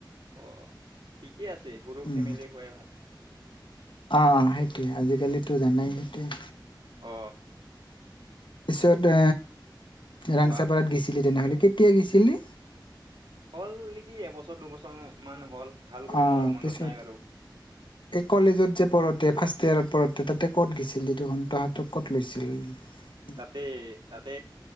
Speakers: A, on the right; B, on the left.
A: অ', ঠিকে আছে, সৰু
B: উম
A: ফেমিলি হোৱাই ভাল।
B: অ', অ' সেইটোৱে, আজিকালিতো জানাই সেইটোৱে।
A: অ
B: পিছত
A: কোৱা
B: ৰাংচাপাৰাত গৈছিলি তেনেহ'লে, কেতিয়া গেছিলি?
A: হ'ল নেকি? এবছৰ দুবছৰ মান হ'ল, ভাল কৰি
B: অ',
A: মোৰ মনত
B: পিছত
A: নাই বাৰু।
B: এই কলেজত যে পঢোঁতে ফাৰ্ষ্ট ইয়াৰত পঢোঁতে তাতে ক'ত গৈছিলি তুহো তহতক ক'ত লৈছিল? উম।
A: তাতে তাতে